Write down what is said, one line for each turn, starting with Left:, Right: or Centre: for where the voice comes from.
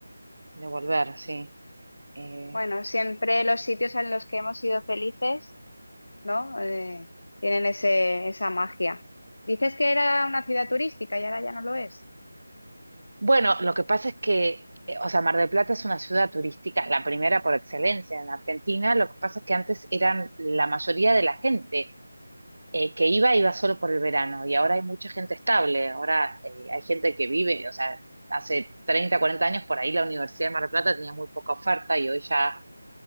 Right: de volver, sí. Eh,
Left: Bueno, siempre los sitios en los que hemos sido felices, ¿no? Eh, tienen ese, esa magia. Dices que era una ciudad turística y ahora ya no lo es.
Right: bueno, lo que pasa es que, eh, o sea, Mar del Plata es una ciudad turística, la primera por excelencia en Argentina. Lo que pasa es que antes eran la mayoría de la gente eh, que iba, iba solo por el verano y ahora hay mucha gente estable. Ahora eh, hay gente que vive, o sea, hace 30, 40 años por ahí la Universidad de Mar del Plata tenía muy poca oferta y hoy ya